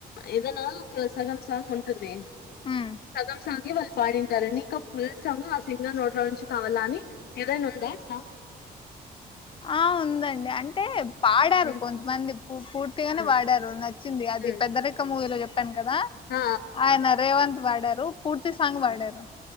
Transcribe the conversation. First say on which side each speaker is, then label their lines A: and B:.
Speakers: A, on the left; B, on the left.
A: ఏదైనా సగం సాంగ్ ఉంటుంది
B: ఉమ్.
A: సగం సాంగ్ వాళ్ళు పాడింటారండి ఇక ఫుల్ సాంగ్ ఆ సింగర్ నోట్ల నుంచి కావాలా అని ఏదైనా ఉందా అట్లా
B: ఆ ఉందండి అంటే పాడారు
A: హ్మ్
B: కొంతమంది పూర్తిగానే
A: హ్మ్
B: పాడారు నచ్చింది అది
A: హ్మ్
B: పెద్ద రెక్క మూవీలో కధ
A: ఆ
B: అయన రేవంత్ వాడారు పూర్తి సాంగ్ పడారు
A: ఆ